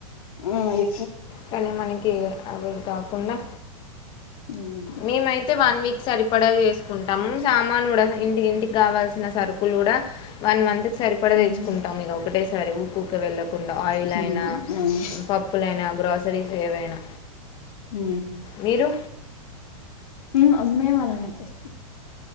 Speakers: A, on the left; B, on the left.
A: ఆ ఇ
B: కానీ మనకి అవేవి కాకుండా
A: ఉమ్
B: మేమైతే, వన్ వీక్ సరిపడా చేస్ కొంటాము, సామాను కూడా ఇంటి ఇంటికి కావాల్సిన సరుకులు కూడా, వన్ మంత్ సరిపడా
A: ఉమ్
B: తెచ్చుకుంటాం ఇగ ఒకటేసారి, ఊక్ ఊకె వెళ్ళక్ కుంటాం ఆయిల్
A: ఉమ్
B: అయినా,
A: అవును
B: పప్పులైనా, గ్రాసరీస్ ఏవైనా.
A: ఉమ్
B: మీరు?
A: ఉమ్ అ. మేమ్ అలానే తెస్